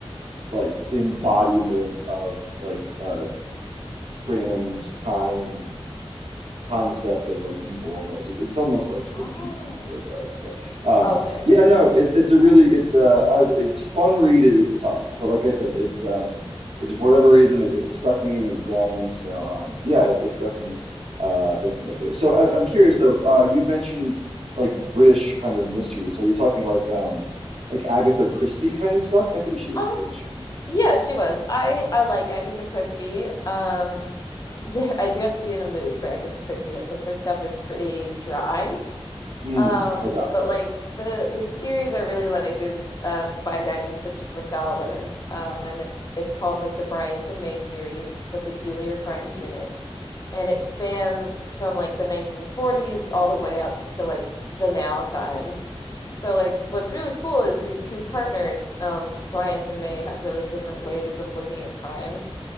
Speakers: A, on the right; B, on the left.
A: like embodiment of like uh trans time concept of like evil almost. It's, it's almost like Twin
B: Oh,
A: Peaks in that regards. But um,
B: okay.
A: yeah, no, it's it's a really it's uh I would, it's fun read. It is tough, but like I said, it's um it's for whatever reason it, it stuck me and it grabbed me. So um yeah, it, it's definitely uh definitely up there. So I, I'm curious though. Uh, you mentioned like British kind of mysteries. So, Are you talking like um like Agatha Christie kind of stuff? I think she was
B: Um,
A: British, right?
B: yeah, she was. I I like Agatha Christie. Um, <laughs> I do have to be in a mood for Agatha Christie though, because her stuff is pretty dry.
A: Mm,
B: Um,
A: okay.
B: but like the the series I really like is um by a guy named Christopher Fowler. Um, and it's it's called like the Bryant and May series, The Peculiar Crimes Unit and it spans from like the 1940s all the way up to like the now times. So like what's really cool is these two partners, um, Bryant and May, have really different ways of looking at crimes.